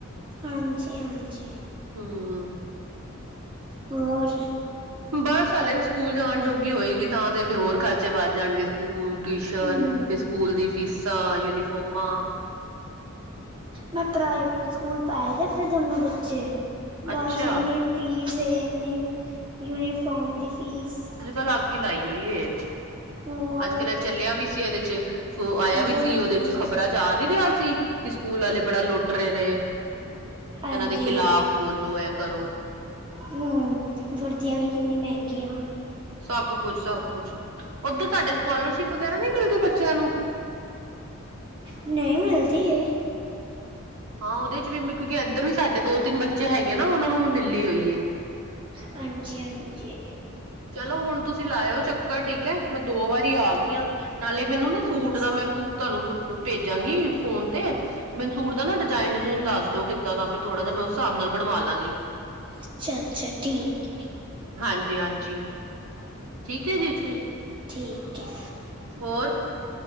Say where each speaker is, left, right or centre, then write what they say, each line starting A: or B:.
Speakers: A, on the right; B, on the right.
A: ਹਾਂਜੀ- ਹਾਂਜੀ।
B: ਹੂੰ।
A: ਹੋਰ?
B: ਬਸ ਹਲੇ ਸਕੂਲ ਜਾਣ ਜੋਗੀ ਹੋਏਗੀ ਤਾਂ, ਤੇ ਫੇਰ ਹੋਰ ਖਰਚੇ ਵੱਧ ਜਾਣਗੇ। ਸਕੂਲ, ਟਿਊਸ਼ਨ
A: ਹਮ
B: ਫੇਰ ਸਕੂਲ ਦੀ ਫੀਸਾਂ, ਯੂਨੀਫੋਮਾਂ,
A: ਮੈਂ ਪ੍ਰਾਈਵੇਟ ਸਕੂਲ ਪ ਪਾਏ ਦੇ, ਦੋਨੋ ਬੱਚੇ,
B: ਅੱਛਾ
A: ਬਸ ਇੰਨੀ ਫੀਸ ਹੈ ਇੰਨੀ ਯੂਨੀਫਾਰਮ ਦੀ ਫੀਸ
B: ਅਲੱਗ ਹੀ ਲਾਈ ਹੋਈ ਹੂਈ ਹੈ,
A: ਹੋਰ
B: ਅੱਜ ਕੱਲ ਇਹ ਚੱਲਿਆ ਵੀ ਸੀ ਇਹਦੇ ਚ- ਉਹ ਆਇਆ ਵੀ
A: ਵਰਦੀਆਂ
B: ਸੀ, ਉਹਦੇ ਚ ਖ਼ਬਰਾਂ ਚ ਆ ਨਹੀਂ ਰਿਹਾ ਸੀ। ਕਿ ਸਕੂਲ ਵਾਲੇ ਬੜਾ ਲੁੱਟ ਰਹੇ ਨੇ।
A: ਹਾਂਜੀ
B: ਇਹਨਾਂ ਦੇ ਖਿਲਾਫ਼ ਬੋਲੋ ਇਹ ਕਰੋ।
A: ਹੂੰ, ਵੁਰਦੀਆਂ ਵੀ ਕਿੰਨੀ ਮਹਿੰਗੀਆਂ।
B: ਸਭ ਕੁਛ- ਸਭ ਕੁਛ ਉੱਧਰ ਤੁਹਾਡੇ ਸਕੋਲਰਸ਼ਿਪ ਵਗੈਰਾ ਨਹੀਂ ਮਿਲਦੀ ਬੱਚਿਆਂ ਨੂੰ
A: ਨਹੀਂ, ਮਿਲਦੀ ਇਹ।
B: ਹਾਂ ਉਹਦੇ ਚ ਵੀ ਕਿਉਂਕਿ ਇੱਧਰ ਵੀ ਸਾਡੇ ਦੋ, ਤਿੰਨ ਬੱਚੇ ਹੈਗੇ ਨਾ, ਉਹਨਾ ਨੂੰ ਵੀ ਮਿਲੀ ਹੋਈ ਹੈ।
A: ਹਾਂਜੀ- ਹਾਂਜੀ।
B: ਚਲੋ ਹੁਣ ਤੁਸੀਂ ਲਾਇਓ ਚੱਕਰ ਠੀਕ ਹੈ। ਮੈਂ ਦੋ ਵਾਰੀ ਆ ਗਈ ਹਾਂ। ਨਾਲੇ ਮੈਨੂੰ ਨਾ ਸੂਟ
A: ਹਾਂਜੀ
B: ਦਾ। ਮੈਂ ਭੂ ਤੁਹਾਨੂੰ ਭੇਜਾਂਗੀ ਫੋਨ ਤੇ, ਤੇ ਮੈਨੂੰ ਸੂਟ ਦਾ ਨਾ ਡਿਜ਼ਾਇਨ- ਡਿਜੂਨ ਦੱਸ ਦਿਓ। ਕਿੱਦਾਂ ਦਾ। ਫੇਰ ਥੋੜਾ ਜਿਹਾ ਮੈਂ ਉਸ ਹਿਸਾਬ ਨਾਲ ਬਣਵਾ ਲਾਂਗੀ।
A: ਅੱਛਾ ਅੱਛਾ ਠੀਕ ਹੈ
B: ਹਾਂਜੀ ਜੀ ਹਾਂਜੀ ਠੀਕ ਹੈ ਜੀ,
A: ਠੀਕ ਹੈ।
B: ਹੋਰ?